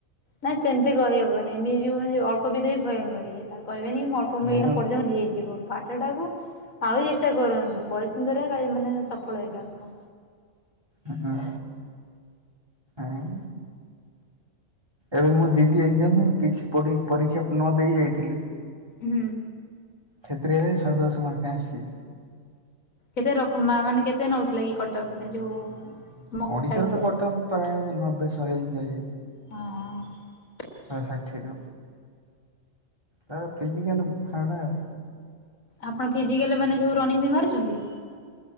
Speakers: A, on the left; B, on the right.
A: ନାଇଁ ସେମିତି କହିହବନି ନିଜକୁ ନିଜେ ଅଳ୍ପ ବିଦ୍ୟା ବି ଭୟଙ୍କରି ହେଲା କହିବେନି କି ମୁଁ ଅଳ ତ ମୁଁ
B: ନା
A: ଏଇନା
B: ଅଳ୍ପ
A: ପଢିଦିଏ ମୋର ହେଇଯିବ। ପାଠ ଟାକୁ ଆହୁରି ଚେଷ୍ଟା କରନ୍ତୁ। ପରିଶ୍ରମରେ ମାନେ ସଫଳ ହେବେ ଆପଣ।
B: ହୁଁ ହୁଁ। ଆଁଇ। ଏବେ ମୁଁ ଜି ଡି ଏଗଜାମ କିଛି ପଢି ପରୀକ୍ଷା ନ ଦେଇ ଯାଇଥିଲି।
A: ହୁଁ।
B: ସେଥିରେ ହେଲେ ଶହେ ଦଶ ମାର୍କ ଆସିଛି।
A: କେତେ ରକମା ମାନେ କେତେ ନୋଉଥିଲା କି କଟକ ଯୋଉ ତମ କାଟାଗୋରୀରେ?
B: ଓଡିଶାରେ ତ କଠ ପ୍ରାୟ ନବେ ଶହେ ଏନ୍ତି ଯାଏ।
A: ଆହଁ।
B: ଶହେ ଷାଠିଏରୁ ତାର ଫିଜିକାଲ ଭାଡ଼ା ଆଉ।
A: ଆପଣ ଫିଜିକାଲ ମାନେ ସବୁ ରନିଂ ବି ମାରୁଛନ୍ତି